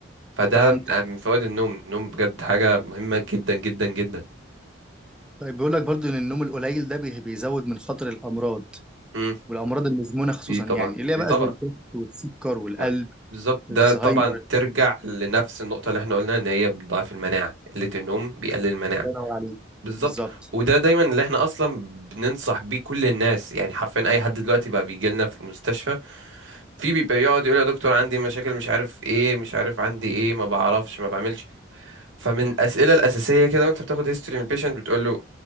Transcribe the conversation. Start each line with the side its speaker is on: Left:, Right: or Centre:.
Right: فده
Centre: فهمتك
Right: من فوائد النوم النوم بجد حاجة مهمة جدا جدا جدا
Centre: طيب بيقول لك برضو إن النوم القليل ده بي- بيزود من خطر الأمراض
Right: مم.
Centre: والامراض المزمنه خصوصا
Right: دي
Centre: يعني
Right: طبعا
Centre: اللي هي
Right: دي
Centre: بقى
Right: طبعا
Centre: زي الضغط والسكر والقلب
Right: ما- بالظبط ده
Centre: الزهايمر
Right: طبعا ترجع لنفس النقطة اللي احنا قلنا ان هي بتضعف المناعة قلة النوم بيقلل المناعة
Centre: الله ينور عليك
Right: بالظبط
Centre: بالظبط
Right: وده دايما اللي احنا اصلا بننصح بيه كل الناس يعني حرفيا اي حد دلوقتي بقى بيجي لنا في المستشفى في بيبقى يقعد يقول يا دكتور عندي مشاكل مش عارف ايه مش عارف عندي ايه ما بعرفش ما بعملش فمن الاسئله الاساسيه كده وانت بتاخد هيستوري من البيشنت بتقول له